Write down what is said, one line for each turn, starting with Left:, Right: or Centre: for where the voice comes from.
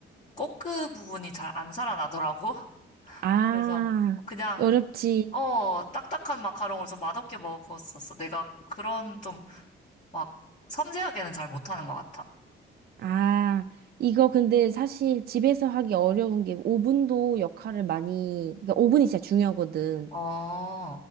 Left: 꼬끄 부분이 잘 안 살아나더라고. <laughs>
Right: 아,
Left: 그래서 그냥
Right: 어렵지.
Left: 어, 딱딱한 마카롱을 좀 맛없게 먹었었어. 내가 그런 좀 막 섬세하게는 잘 못하는 것 같아.
Right: 아, 이거 근데 사실 집에서 하기 어려운 게 오븐도 역할을 많이, 그러니까 오븐이 진짜 중요하거든.
Left: 어,